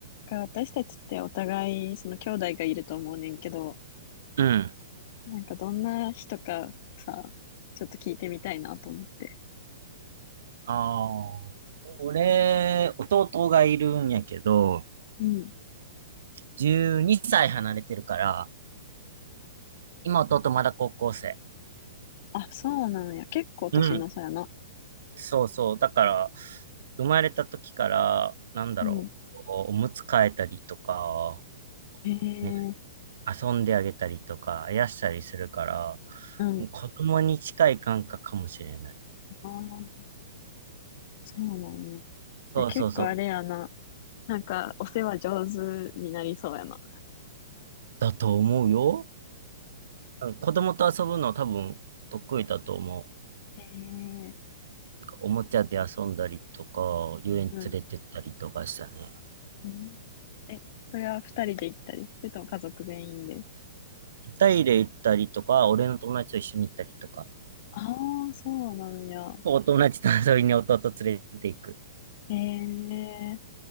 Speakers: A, on the left; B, on the right.
A: か私たちってお互い、その兄弟がいると思うねんけど、
B: うん。
A: なんかどんな人かさ、ちょっと聞いてみたいなと思って。
B: ああ。俺、弟がいるんやけど、
A: うん。
B: 12歳離れてるから、今弟まだ高校生。
A: あ、そうなんや。結構年の差やな。
B: うん。そうそう。だから、生まれた時から、なんだろう、
A: うん。
B: おむつ替えたりとか、
A: へえ、
B: ね、遊んであげたりとか、あやしたりするから、
A: うん。
B: 子供に近い感覚かもしれない。
A: あーそうなんや。じ
B: そうそうそう。
A: ゃあ結構あれやな。なんかお世話上手になりそうやな。
B: だと思うよ。うん子供と遊ぶの多分得意だと思う。
A: へえ、
B: おもちゃで遊んだりとか、遊園連れてったりとかしたね。
A: うん。うん。え、それは二人で行ったり、それとも家族全員で。
B: タイで行ったりとか、俺の友達と一緒に行ったりとか、
A: ああ、そうなんや。
B: お友達と遊びに弟連れて行く。
A: へえ。